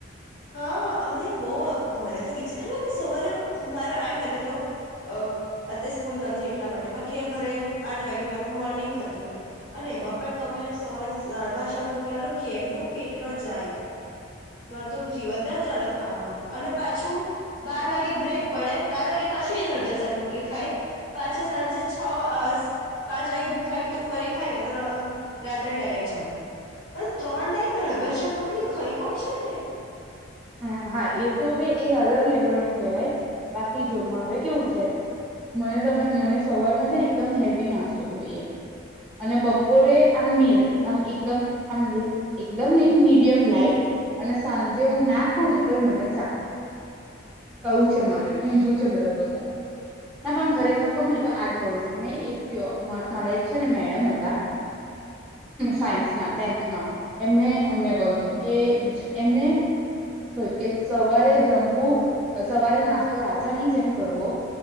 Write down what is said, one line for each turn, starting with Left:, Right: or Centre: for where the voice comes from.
Left: હા અરે બોહ મને તો વિચિત્ર લાગે સવારે મારે આઠ વાગે તો અ અત્યારે સ્કૂલ નથી એટલા માટે બાકી ઘરે આઠ વાગે મારું મોર્નિંગ થતી હોય અને એમાં પણ તમે સવારે દાળભારત શાક રોટલા લો કેમનું પેટમાં જાય. મારે તો જીવત ના ચલે ખાવાનો અને પાછું બાર વાગે બ્રેક પડે બાર વાગે પાછું એ દાળભાત, શાક, રોટલી ખાય. પાછા સાંજે છ અ પાંચ વાગે ભૂખ લાગી તો ફરી ખાય ને તો ર રાત્રે ડાયરેક્ટ જમે હ ત્રણ ટાઈમ દાળ ભાત શાક રોટલી ખઈ કોણ શકે. તકે.
Centre: હ હા એ તો હવે એ અલગ લેવલ નું કેહેવાય બાકી જો મારે કેવું છે મને તમે મને સવારમાં છે ને એકદમ હેવી નાસ્તો જોઈએ અને બપોર રે આમ મીળ આમ એકદમ આમ એકદમ ન મીડિયમ લાાઈટ અને સાંજે હું નાક ખું ને તોય મને ચાલે આવું છે મારે ઊંધું છે બધા પોતા ના પણ ખરેખર ર કહ
Left: હમ
Centre: ને તો આજ હોવું જોઈએ મે એક ક મારા શક્ષના મેડમ મો હતા સાયન્સમાં ટેન્થમાં એમને અમને કહ્યું હતું કે એમને ક્યું કે સવારે જમવું સવારે નાસ્તો રાજાની જેમ કરવો